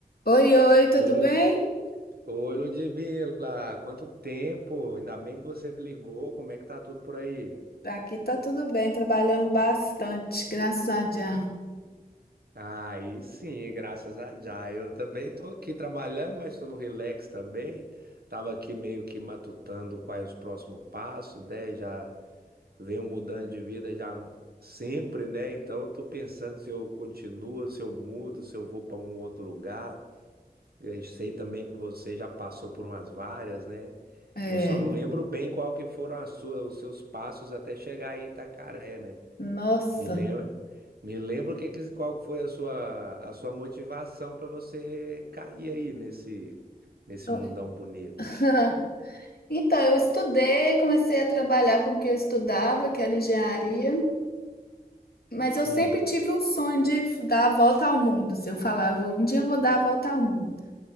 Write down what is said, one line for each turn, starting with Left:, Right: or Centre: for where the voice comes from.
Left: Oi, oi, tudo
Right: Oi, Lud...
Left: bem?
Right: Oi, Ludmila, quanto tempo? Ainda bem que você ligou, como é que tá tudo por aí?
Left: Aqui tá tudo bem, trabalhando bastante, graças a Deus.
Right: Aí sim, graças a já. Eu também tô aqui trabalhando, mas tô no relax também. Tava aqui meio que matutando quais os próximos passos, né? Já venho mudando de vida já sempre, né? Então eu tô pensando se eu continuo, se eu mudo, se eu vou para um outro lugar. Eu sei também que você já passou por umas várias, né?
Left: É,
Right: Eu só não lembro bem qual que foram as suas, os seus passos até chegar aí em Itacaré, né?
Left: nossa.
Right: Me lembra, me lembro que, que- qual que foi a sua, a sua motivação para você cair aí nesse, nesse
Left: Eu-
Right: mundão bonito.
Left: <laughs> Então, eu estudei, comecei a trabalhar com o que eu estudava, que era engenharia, mas eu
Right: Hum.
Left: sempre tive um sonho de dar a volta ao mundo. Se eu falava, um dia eu vou dar a volta ao mundo.